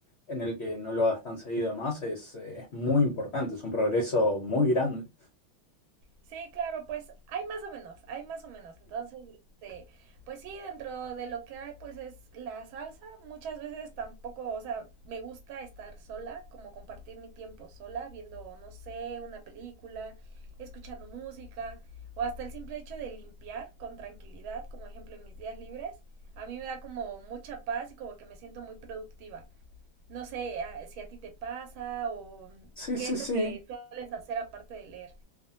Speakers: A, on the left; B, on the right.
A: en el que no lo hagas tan seguido, además, es, eh, es muy importante, es un progreso muy grande.
B: Sí, claro, pues hay más o menos, hay más o menos. Entonces, este, pues sí, dentro de lo que hay, pues es la salsa. Muchas veces tampoco, o sea, me gusta estar sola, como compartir mi tiempo sola, viendo, no sé, una película, escuchando música, o hasta el simple hecho de limpiar con tranquilidad, como ejemplo en mis días libres. A mí me da como mucha paz y como que me siento muy productiva. No sé a- si a ti te pasa o
A: Sí,
B: qué
A: sí,
B: es
A: sí.
B: lo que sueles hacer aparte de leer.